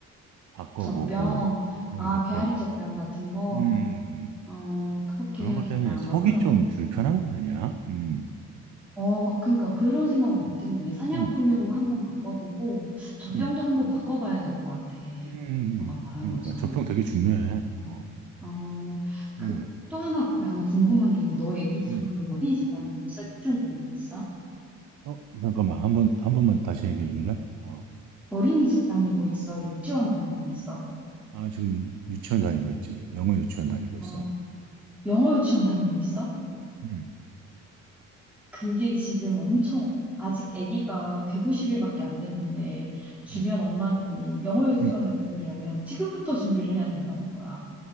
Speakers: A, on the right (about 75°); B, in the centre.
A: 바꿔보고
B: 젖병,
A: 어,
B: 아,
A: 젖병
B: 배앓이 젖병 같은 거,
A: 음
B: 어, 그렇게
A: 그런
B: 해야겠다.
A: 것 때문에 속이
B: 너처럼.
A: 좀 불편한 거 아니야? 음
B: 어, 그러니까 그런 생각을
A: 음,
B: 못했네. 사냥분유로
A: 음.
B: 한번 바꿔보고, 젖병도
A: 음.
B: 한번 바꿔봐야 될 것 같아.
A: 음,
B: 너가 말한
A: 그러니까
B: 것처럼.
A: 적평 되게 중요해.
B: 어,
A: 어,
B: 어, 그,
A: 음,
B: 또 하나 난 궁금한 게 있는데, 너 애기 지금
A: 음.
B: 그럼 어린이집 다니고 있어? 유치원 다니고 있어?
A: 어, 잠깐만, 한 번, 한 번만 다시 얘기해 줄래? 어,
B: 어린이집 다니고 있어? 유치원 다니고 있어?
A: 아, 지금 유- 유치원 다니고 있지. 영어 유치원 다니고 있어.
B: 어, 영어 유치원 다니고 있어?
A: 음,
B: 그게 지금 엄청, 아직 아기가 150일밖에 안 됐는데, 주변
A: 음,
B: 엄마들이 영어 유치원을
A: 음.
B: 보내려면 지금부터 준비를 해야 된다는 거야.